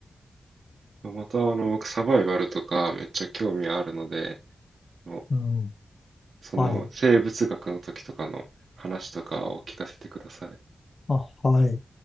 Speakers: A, on the right; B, on the left.
A: また、あの、僕、サバイバルとかめっちゃ興味あるので、あの
B: うん。
A: その生物学の時とかの話とかを聞かせてください。
B: はい。あ、はい。